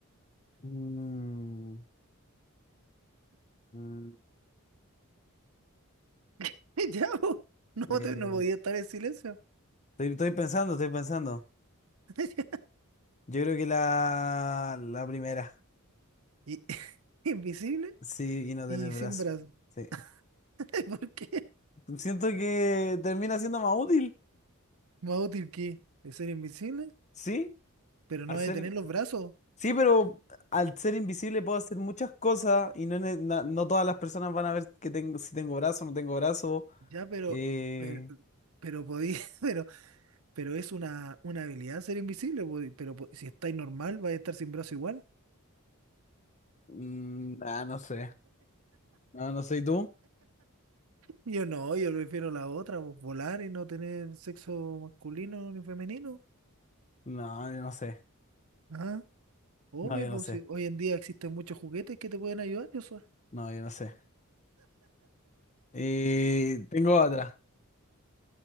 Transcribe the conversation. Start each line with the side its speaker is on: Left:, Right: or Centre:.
Left: Mm, mm,
Right: <laughs> Ya, po. no,
Left: eh,
Right: te- no podía estar en silencio.
Left: Estoy, estoy pensando, estoy pensando.
Right: <laughs>
Left: Yo creo que la, la primera.
Right: Y- <laughs> invisible
Left: Sí, y no
Right: y
Left: tener brazo.
Right: sin brazos.
Left: Sí.
Right: <laughs> ¿Por qué?
Left: Siento que termina siendo más útil.
Right: Más útil que es ser invisible,
Left: ¿Sí?
Right: pero no
Left: Al
Right: hay
Left: ser...
Right: de tener los brazos.
Left: Sí, pero al ser invisible puedo hacer muchas cosas y no, ne- na- no todas las personas van a ver que tengo, si tengo brazo, no tengo brazo.
Right: Ya, pero,
Left: Eh...
Right: pero, pero podí- <laughs> pero, pero es una, una habilidad ser invisible, po, pero po- si estáis normal, vais a estar sin brazo igual.
Left: mm, ah, no sé. No, no sé. ¿Y tú?
Right: Yo no, yo prefiero la otra, pues, volar y no tener sexo masculino ni femenino.
Left: No, yo no sé.
Right: Ah, obvio,
Left: No, yo
Right: pues
Left: no sé.
Right: si hoy en día existen muchos juguetes que te pueden ayudar, yo soy.
Left: No, yo no sé. Eh, tengo otra.